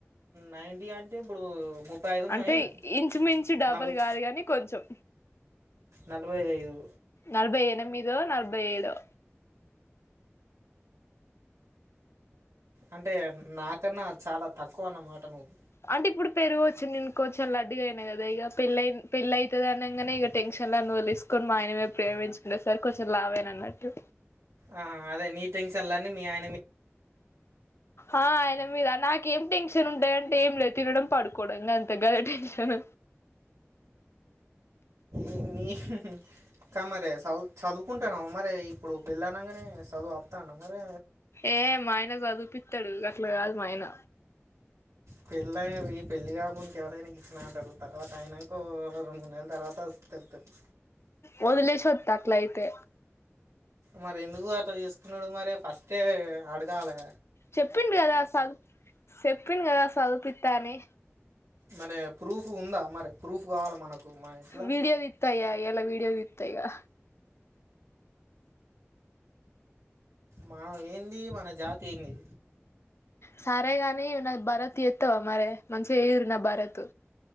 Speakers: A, on the right; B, on the left.
A: నైంటీ అంటే ఇప్పుడు ముప్పై ఐదు ఉన్నావు
B: అంటే
A: ఏంది
B: ఇంచుమించు డబల్
A: నలభై
B: కాదు కాని కొంచెం
A: నలభై ఐదు
B: నలభై ఎనిమిదో నలభై ఏడో
A: అంటే నాకన్నా చాలా తక్కువ అన్నమాట నువ్వు
B: అంటే ఇప్పుడు పెరుగు వచ్చు నేను కొంచెం కొంచెం లడ్డుగయినా కదా ఇక పెల్లై పెళ్ళి అయితడి అనగానే ఇక టెన్షన్లో వదిలేసుకొని ఆయనమే ప్రేమ పెంచు అంటే ఈసారి కొంచెం లావైన అన్నట్టు
A: ఆ అదే నీ టెంక్షన్లళ్ళన్ని మీ ఆయన మీ
B: ఆ అయన మీద నాకేం టెన్షన్ ఉంటాయి. అంటే ఏం లేదు తినడం పడుకోవడం గంతే గదే టెంక్షన్
A: ఏమి ఇంకా మరి చదువు చదువుకుంటాను మరే ఇప్పుడు పెళ్ళనంగానే చదువు ఆప్తన్నవ మరే
B: ఏ మా ఆయన చదువుపిస్తాడు గట్లా కాదు మాయన
A: పెళ్ళ అయిది పెళ్ళిగాక ముందుకి ఎవరైనా ఇట్లనే అంటారు. తర్వాత అయినా కో రెం మూడు నేల తర్వాత తరువాత తెలుస్తది
B: వదిలేసి వస్త అట్లా అయితే
A: మరి ఎందుకు అట్ల తీసుకున్నాడు మరి ఫస్టే అడగాలే
B: చెప్పింది కదా సదువు చెప్పింది కదా చదువుపిత అని
A: మరే ప్రూఫ్ ఉందా మరి ప్రూఫ్ కావాలి మనకు మన ఎట్లా
B: వీడియో తీత్త ఇగ ఈయల వీడియో దిత్తా ఇకా
A: మానం ఏంది మన జాతి ఏంది
B: సరే గాని నా భరత్ ఎత్తావా మరే మంచిగా చేయ్యూర్రి నా భరత్